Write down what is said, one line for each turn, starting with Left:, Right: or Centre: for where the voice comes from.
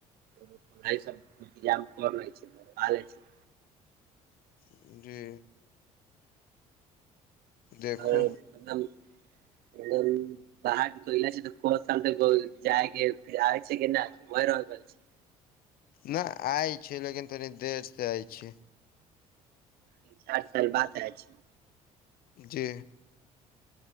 Right: ना पढ़ाइ सभ इन्तजाम कर लै छी बनबा लै छी
Left: <unintelligible> देखू
Right: <unintelligible> <unintelligible>
Left: ना आय छै लेकिन तनी देर से आय छै
Right: तीन चार साल बाद आवै छि
Left: जी